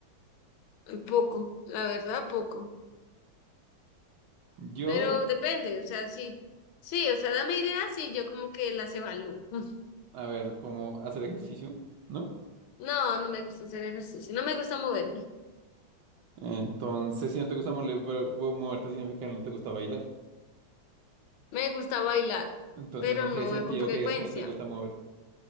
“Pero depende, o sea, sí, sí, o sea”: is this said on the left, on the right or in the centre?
Left